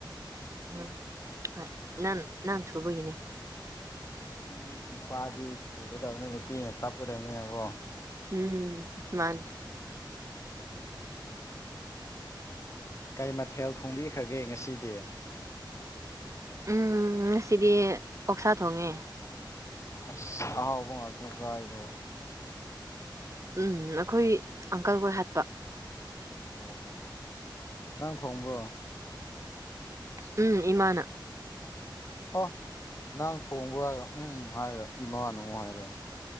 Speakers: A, on the right (about 40°); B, on the left (about 35°).
A: ꯎꯝ ꯍꯣꯏ ꯅꯟ ꯅꯪ ꯊꯨꯕꯒꯅꯦ꯫
B: <unintelligible> ꯎꯝ ꯅꯨꯄꯥꯗꯤ ꯊꯨꯒꯗꯕꯅꯤ ꯅꯨꯄꯤꯅ ꯇꯞꯀꯗꯕꯅꯤꯅꯀꯣ꯫
A: ꯎꯝ ꯃꯥꯅꯦ꯫
B: ꯀꯩ ꯃꯊꯦꯜ ꯊꯣꯡꯕꯤꯈ꯭ꯔꯒꯦ ꯉꯁꯤꯗꯤ꯫
A: ꯎꯝ ꯉꯁꯤꯗꯤ ꯑꯣꯛꯁꯥ ꯊꯣꯡꯉꯦ꯫
B: ꯑꯩꯁ ꯑꯍꯥꯎꯕꯨ ꯉꯥꯛꯇ ꯆꯏꯕꯣ꯫
A: ꯎꯝ ꯑꯩꯈꯣꯏ ꯑꯪꯀꯜ ꯍꯣꯏ ꯍꯥꯠꯄ꯫
B: ꯑꯣ ꯅꯪ ꯊꯣꯡꯕ꯭ꯔꯣ꯫
A: ꯎꯝ ꯏꯃꯥꯅ꯫
B: ꯑꯣ ꯅꯪ ꯊꯣꯡꯕ꯭ꯔꯣ ꯍꯥꯏꯔꯒ ꯎꯝ ꯍꯥꯏꯔꯒ ꯏꯃꯥꯅꯃꯨꯛ ꯍꯥꯏꯔꯛꯑꯦ꯫